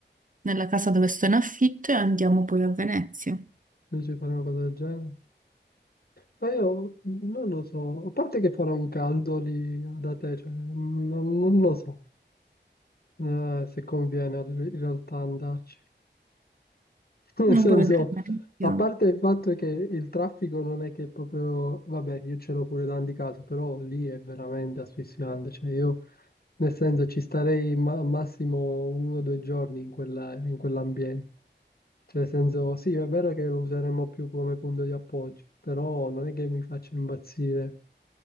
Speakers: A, on the right (about 45°); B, on the left (about 55°).
A: nella casa dove sto in affitto, e andiamo poi a Venezia.
B: Invece fare una cosa del genere? Ma io non lo so, a parte che farà un caldo lì da te, cioè, non, non lo so eh, se conviene in realtà andarci. <laughs> Nel
A: Non
B: senso,
A: puoi vedere Venezia.
B: a parte il fatto che il traffico non è che proprio, vabbè, io ce l'ho pure tanti casi, però lì è veramente asfissiante. Cioè, io nel senso ci starei ma- massimo uno o due giorni in quella- in quell'ambiente. Cioè, nel senso, sì, è vero che lo useremo più come punto di appoggio, però non è che mi faccia impazzire,